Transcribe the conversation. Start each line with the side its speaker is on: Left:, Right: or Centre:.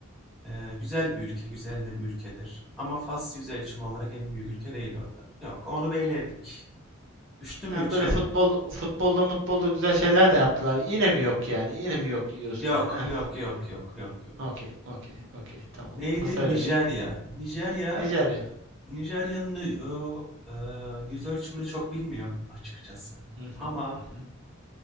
Centre: e, güzel bir ülke, güzel de bir ülkedir. Ama Fas yüz ölçümü olarak en büyük ülke değil orada. Yok, onu bir eledik. Düştü mü
Right: Yani
Centre: üçe?
Right: böyle futbol, futbolda, mutbolda güzel şeyler de yaptılar. Yine mi yok yani? Yine mi yok diyorsun?
Centre: Yok,
Right: Heh,
Centre: yok, yok, yok, yok, yok.
Right: okey, okey, okey. Tamam.
Centre: Neydi?
Right: Pasayladım.
Centre: Nijerya. Nijerya,
Right: Nijerya.
Centre: Nijerya'nın e, o, e, yüz ölçümünü çok bilmiyorum açıkçası.
Right: Hı hı,
Centre: Ama
Right: hı hı.